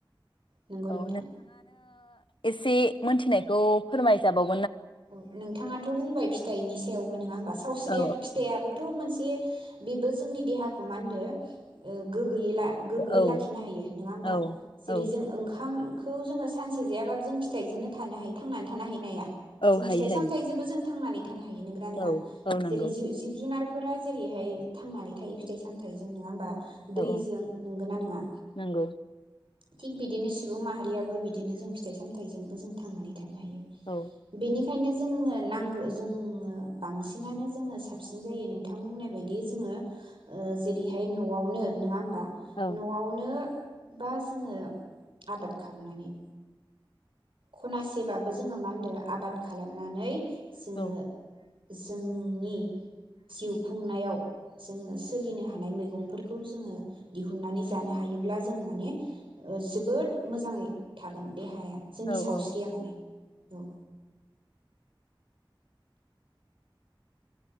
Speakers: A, on the right (about 75°); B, on the left (about 70°).
A: नंगौ
B: औ। ओ
A: नोंथां
B: एसे मोनथिनायखौ फोरमाय जाबाव
A: औ नोंथाङाथ बुंबाय फिथाइनि सायावबो नङा होमबा सावस्रिया
B: औ
A: फिथायाबोथ' थ मोनसे बेबो जोंनि देहाखौ मा होनदों गोगोयै गोगो
B: औ
A: लाखिनो हायो नङा होमबा
B: औ
A: जेरै
B: औ
A: जों ओंखाम खौ जोङो सानसे जायाबो जों फिथाइजोंनो थानो हायो थांनानै थानो है नाया
B: औ
A: जों
B: हायो
A: फिथाइ
B: हायो
A: सामथाइ जोंबो जों थांनानै थायो। थानो हायो नंगौना नंङा
B: औ औ नंगौ
A: जेरै जिब जुनार फोरा जेरैहाय थांनानै थायो फिथाइ सामथायाइजों नङा होमबा।
B: औ
A: दैजों
B: औ
A: नोंगो ना नोंङा?
B: नंगौ
A: थिग बिदिनो सुबुं माहारियाबो बिदिनो जों फिथाइ सामथायाइजोंबो जों थांनानै थानो। हायो
B: औ
A: बेनिखायनो जोंङोनो नांगौ जोङो बांसिनानो जोङो साबसिन जायो नोंथां बुंनाय बादि जोङो जेरैहाय नआवनो नङा होमबा
B: औ
A: न'आवनो बा जोङो आबाद खालामनानै खना सेबाबो जोंङो मा होनदों आबाद खालामनानै जोङो
B: औ
A: जोंनि जिउ खुंनायाव जोङो सोलिनो हानाय मैगंफोरखौ जोङो दिहुननानै जानो हायोब्ला जों माने जोबोद मोजाङै थागोन देहाया। जोंनि
B: औ
A: सावस्रिया माने औ